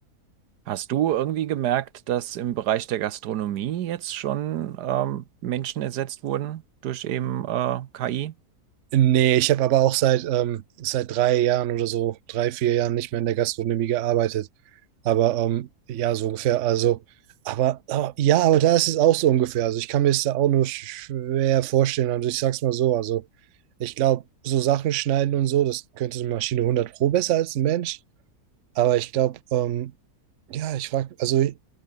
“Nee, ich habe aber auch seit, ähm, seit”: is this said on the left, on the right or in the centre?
Right